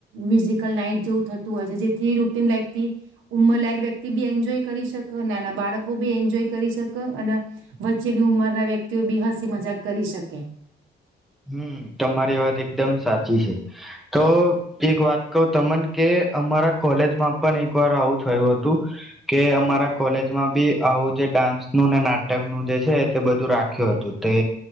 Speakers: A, on the right; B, in the centre.
A: મ્યુઝિકલ નાઈટ જેવું હોય છે જેથી રૂટીન લાઈફથી ઉંમર લાયક વ્યક્તિ બી એન્જોય કરી શકે નાના બાળકો બી એન્જોય કરી શકે અને વચ્ચેની ઉંમરના વ્યક્તિઓ બી હસી મજાક કરી શકે
B: હમ તમારી વાત એકદમ સાચી છે તો એક વાત કહ તમન કે અમારા કોલેજમાં પણ એક વાર આવું થયું હતું કે અમારા કોલેજમાં બી આવું જે ડાન્સ નું ને નાટકનુંું જે છે તે બધું રાખ્યું હતું તે